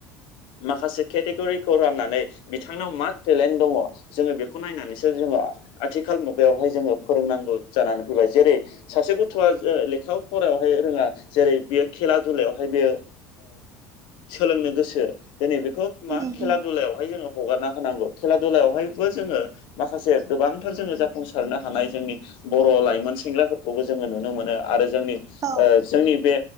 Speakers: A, on the left; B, on the right.
A: माखासे केटेगरिखौ राननानै बिथांनाव मा टेलेन्ट दङ। जोङो बेखौ नायनानैसो जोङो आथिखाल मुगायावहाय जोङो फोरोंनांगौ जानानै फैबाय जेरै। सासे गथ'आ लेखायाव फरायायावहाय रोङा जेरै बेयो खेला दुलायावहाय बेयो। सोलोंनो गोसो दिनै बेखौ मा
B: उम
A: खेला
B: उम
A: दुलायावहाय जोङो। हगारना होनांगौ खेला दुलायावहायबो जोङो। माखासे गोबांथार जोङो जाफुंसारनो हानाय जोंनि। बर' लाइमोन सेंग्राफोरखौबो जोङो नुनो मोनो आरो जोंनि
B: औ
A: जोंनि बे।